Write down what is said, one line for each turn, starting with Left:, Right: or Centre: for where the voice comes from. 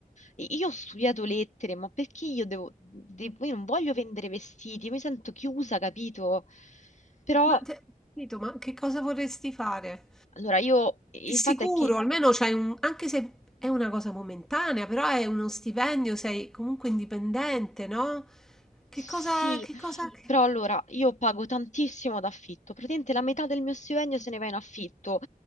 Left: io ho studiato lettere, ma perché io devo, devo- io non voglio vendere vestiti, io mi sento chiusa, capito? Però
Centre: Ma te, capito, ma che cosa vorresti fare?
Left: allora, io il
Centre: È sicuro,
Left: fatto è che
Centre: almeno c'hai un, anche se è una cosa momentanea, però è uno stipendio, sei comunque indipendente, no? Che
Left: Sì,
Centre: cosa, che cosa... che-
Left: però allora io pago tantissimo d'affitto, praticamente la metà del mio stipendio se ne va in affitto.